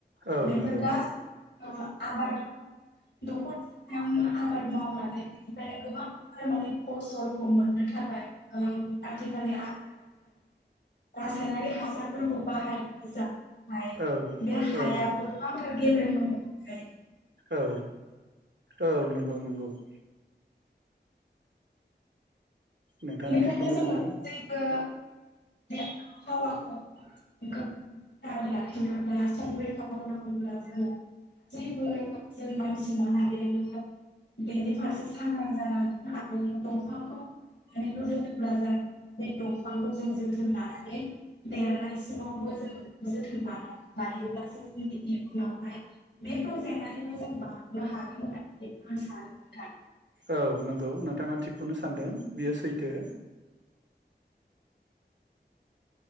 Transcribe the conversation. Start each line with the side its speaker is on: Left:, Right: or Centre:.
Right: औ
Left: बेफोर
Right: नंगौ
Left: गासै आबाद दखरसे हायावनो आबाद मावनानै बेनिफ्रायनो गोबांथार माने फसलखौ मोननो थाखाय ओ आथिखालनि आबादारिफोरा रासायनारि हासारफोरखौ बाहायनाय <inaudible>
Right: औ
Left: <inaudible> बे हायाबो
Right: औ नंगौ
Left: गोबांथार गेबब्रेंनो हम जाय
Right: औ औ नंगौ नंगौ। <inaudible>
Left: बेनिखायनो
Right: नोंथाङा थिगखौनो
Left: जोङो
Right: बुंदों।
Left: गासैबो <unintelligible> लाखिनोब्ला संरैखा होनांगौब्ला जोङो जोंबो जों मानसि माहारियानो बेनि फारसे सांग्रां जानांगोन आरो दंफांखौ गायनानै दोनोब्ला जाया बे दंफांखौ जों जोथोन लानानै देरनायसिमावबो जों जोथोन लानां लायोब्लासो जों इयुनावहाय बे प्रजेक्टनिफ्राय जों बारग'नो हागोन होननानै आं सानो नोंथां।
Right: औ नंगौ नोंथाङा थिगखौनो सानदों बियो सैथो।